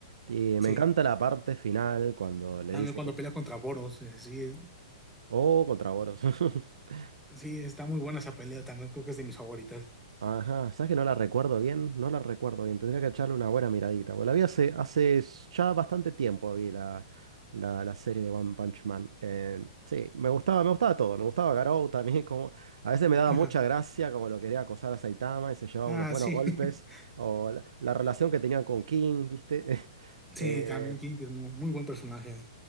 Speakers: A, on the right (about 90°); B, in the centre.
A: Y
B: sí.
A: me encanta la parte final cuando le
B: También
A: dice
B: cuando
A: que,
B: pelea contra Boros, eh, sí, es-
A: oh, contra Boros. <laughs>
B: sí, está muy buena esa pelea también, creo que es de mis favoritas.
A: Ajá, ¿sabes que no la recuerdo bien? No la recuerdo bien, tendría que echarle una buena miradita. Bueno, la vi hace, hace s- ya bastante tiempo, vi la, la, la serie de One Punch Man. Eh, sí, me gustaba, me gustaba todo, me gustaba Garou también, <laughs> como a veces me daba
B: <laughs>
A: mucha gracia como lo quería acosar a Saitama y se llevaba
B: Ah,
A: unos buenos
B: sí.
A: golpes,
B: <laughs>
A: o la, la relación que tenían con King, ¿viste? <laughs>
B: Sí,
A: Eh,
B: también King, que es muy, muy buen personaje.